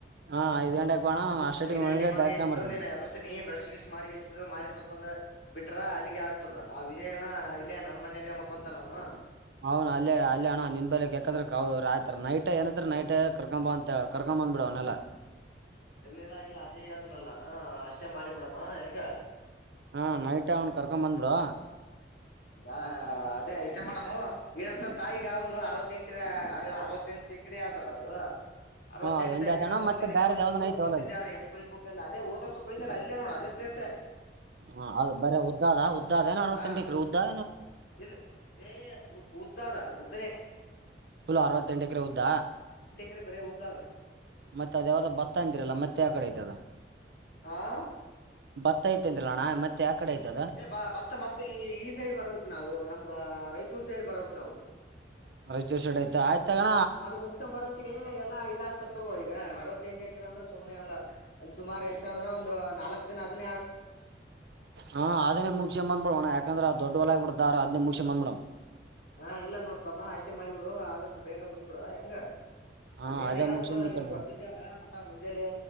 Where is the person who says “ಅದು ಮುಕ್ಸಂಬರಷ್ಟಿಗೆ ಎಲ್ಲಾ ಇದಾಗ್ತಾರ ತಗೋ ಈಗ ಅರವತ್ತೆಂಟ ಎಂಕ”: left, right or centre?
Left